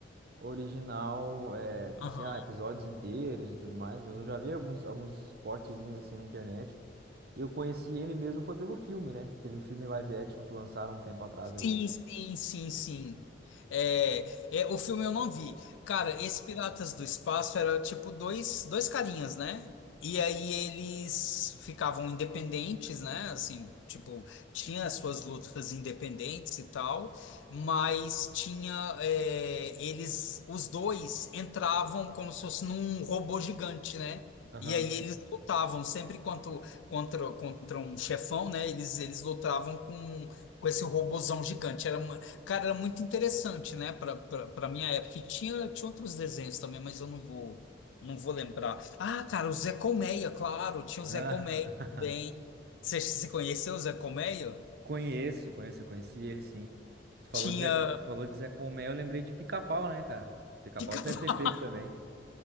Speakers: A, on the right; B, on the left.
A: original, é, tipo
B: Aham.
A: assim, ah, episódios inteiros e tudo mais, mas eu já vi alguns, alguns cortezinhos assim na internet. E eu conheci ele mesmo foi pelo filme, né? Que teve um filme live action que lançaram um tempo atrás
B: Sim,
A: aí.
B: sim, sim, sim. É, é, o filme eu não vi. Cara, esse Piratas do Espaço era tipo dois, dois carinhas, né? E aí eles ficavam independentes, né? Assim, tipo, tinha as suas lutas independentes e tal, mas tinha, é, eles, os dois entravam como se fosse num robô gigante, né?
A: Aham.
B: E aí eles lutavam sempre contra, contra, contra um chefão, né? Eles, eles lutavam com com esse robozão gigante. Era uma, cara, era muito interessante, né? Para para minha época. E tinha, tinha outros desenhos também, mas eu não vou não vou lembrar. Ah, cara, o Zé Colmeia, claro, tinha o
A: Ah,
B: Zé Colmeia também. Você você conheceu o Zé Colmeia?
A: <laughs> conheço, conheço, eu conheci ele sim. Você falou
B: Tinha
A: de Zé, falou de Zé Colmeia, eu lembrei de Pica-Pau, né, cara? Pica-Pau
B: Pica-pau.
A: você deve ter pego também.